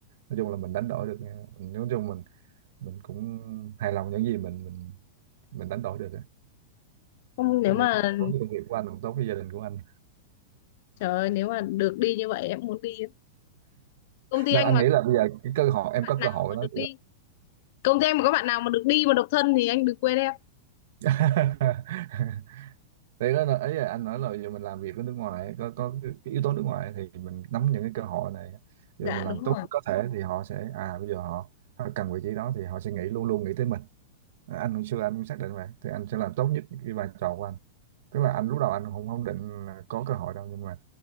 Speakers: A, on the right; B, on the left.
A: nói chung là mình đánh đổi được nha. Mình- nói chung mình mình cũng hài lòng những gì mình mình mình đánh đổi được á
B: Không nếu
A: anh
B: mà
A: nên cũng tốt cho công việc của anh cũng tốt với gia đình của anh
B: trời ơi, nếu mà được đi như vậy em muốn đi. lắm. Công ty
A: nên
B: anh
A: anh
B: mà
A: nghĩ
B: có
A: là bây giờ cái cơ hội em
B: bạn
A: có
B: nào
A: cơ hội
B: mà
A: đó
B: được đi, công ty anh mà có bạn nào mà được đi mà độc thân thì anh đừng quên em.
A: <laughs> đấy đó là ấy là anh nói là giờ mình làm việc ở nước ngoài ấy, có có cái yếu tố nước ngoài ấy, thì mình nắm những cái cơ hội này rồi
B: Dạ
A: mình làm
B: đúng rồi.
A: tốt nhất có thể thì họ sẽ à bây giờ họ, họ cần vị trí đó thì họ sẽ nghĩ luôn luôn nghĩ tới mình À, anh hồi xưa anh cũng xác định vậy thì anh sẽ làm tốt nhất cái vai trò của anh tức là anh lúc đầu anh không không định là có cơ hội đâu nhưng mà